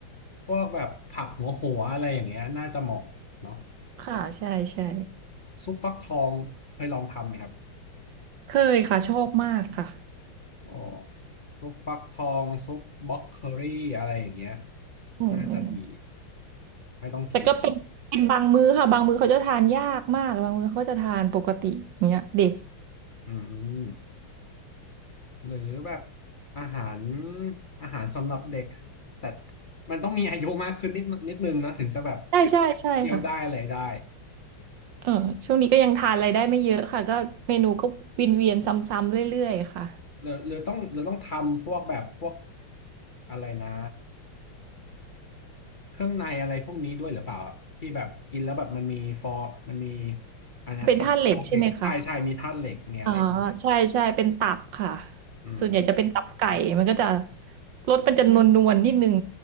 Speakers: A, on the left; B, on the right.
A: พวกแบบผักหัวหัวอะไรอย่างเงี้ยน่าจะเหมาะเนาะ
B: ค่ะใช่ใช่
A: ซุปฟักทองเคยลองทำไหมครับ
B: เคยค่ะชอบมากค่ะ
A: อ๋อซุปฟักทองซุปบล็อกเคอรี่อะไรอย่างเงี้ย
B: อืมอืม
A: น่าจะดีไม่ต้องเคี่ยว
B: แต่ก็เป็นเป็นบางมื้อค่ะบางมื้อเขาจะทานยากมากบางมื้อเขาจะทานปกติอย่างเงี้ยเด็ก
A: อืมหรือแบบอาหารอาหารสำหรับเด็กแต่มันต้องมีอายุมากขึ้นนิดนิดนึงนะถึงจะแบบ
B: ใช่ใช่ใช่ค่ะ
A: เคี้ยวได้อะไรได้
B: เออช่วงนี้ก็ยังทานอะไรได้ไม่เยอะค่ะก็เมนูก็วนเวียนซ้ำๆเรื่อยๆค่ะ
A: หรือหรือต้องหรือต้องทำพวกแบบพวกอะไรนะ เครื่องในอะไรพวกนี้ด้วยหรือเปล่าอะที่แบบกินแล้วแบบมันมีฟอร์มันมีอะไรนะกรดฟอร์เหล็กใช่ใช่มีธาตุเหล็กเนี่ยอะไรพวกเนี้ย
B: เป็นธาตุเหล็กใช่ไหมคะอ๋อใช่ใช่เป็นตับค่ะ
A: อืม
B: ส่วนใหญ่จะเป็นตับไก่มันก็จะรสมันจะนวลๆนิดนึง